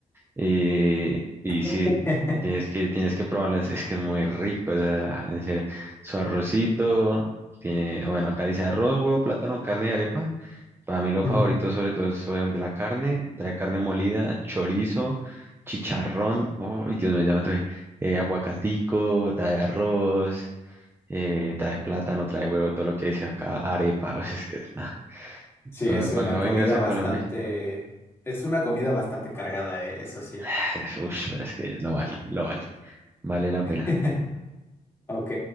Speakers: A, on the right (about 15°); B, on the left (about 15°).
A: y y sí,
B: <laughs>
A: tienes que, tienes que probarla, es es que es muy rico, o sea, la- en serio. Su arrocito, tiene, bueno, acá dice arroz, huevo, plátano, carne y arepa. Para mí lo
B: Ujú.
A: favorito sobre todo es obviamente la carne, trae carne molida, chorizo, chicharrón, oh, Dios mío, ya me antojé, eh, aguacatico, trae arroz, eh, trae plátano, trae huevo, todo lo que dice acá, arepa, <laughs> o sea, es que nah,
B: Sí,
A: cuando
B: es
A: cuando
B: una comida
A: vengas a
B: bastante,
A: Colombia,
B: es una comida bastante cargada, eh, Eso sí.
A: <laughs> uff, pero es que lo vale, lo vale, vale la pena.
B: <laughs> Ok,